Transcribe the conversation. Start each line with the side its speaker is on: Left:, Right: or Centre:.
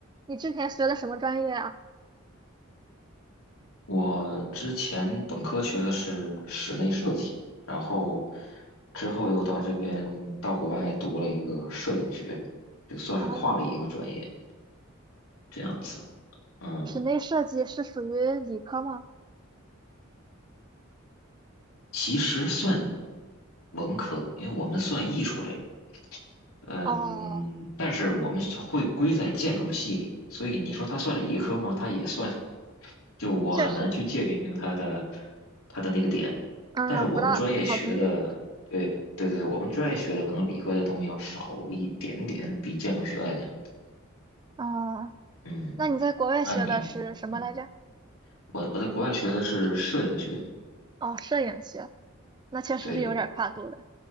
Right: 你之前学的什么专业啊？
Left: 我之前本科学的是室内设计，然后之后又到这边到国外读了一个摄影学，就算是跨了一个专业
Right: 啊，
Left: 这样子。嗯，
Right: 室内设计是属于理科吗？
Left: 其实算文科，因为我们算艺术类，嗯，
Right: 哦，
Left: 但是我们是会归在建筑系里，所以你说它算理科吗？它也算，就我很难去界定它的
Right: 确实，
Left: 它的那个点。
Right: 嗯，
Left: 但是我们专业学的，
Right: 不大好分类。
Left: 对对对，我们专业学的可能理科的东西要少一点点，比建筑学来讲。
Right: 啊，
Left: 嗯，
Right: 那你在国外学的是什么来着？
Left: 那您，嗯，我我在国外学的是摄影学，
Right: 哦，摄影学，那确实是有点跨度的。
Left: 对，